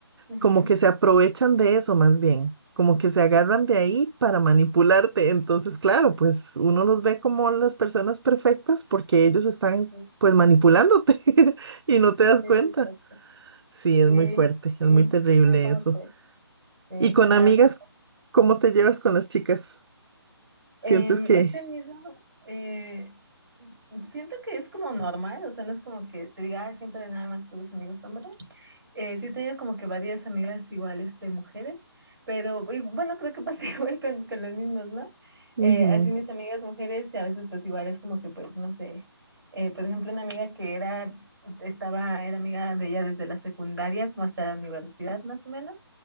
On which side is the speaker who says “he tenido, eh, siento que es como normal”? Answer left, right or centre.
Right